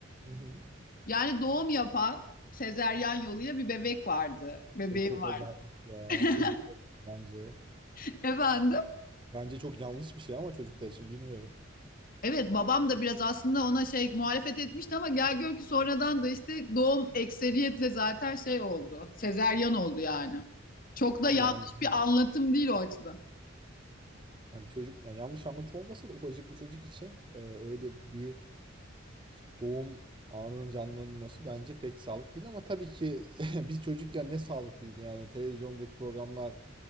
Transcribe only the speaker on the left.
Yani doğum yapan sezeryan yoluyla bir bebek vardı. Bebeğim
var.
<laughs> Efendim?
Evet babam da biraz aslında ona şey muhalefet etmişti ama gel gör ki sonradan da işte doğum ekseriyetle zaten şey oldu. Sezeryan oldu yani. Çok da
yanlış
bir anlatım değil o açıdan.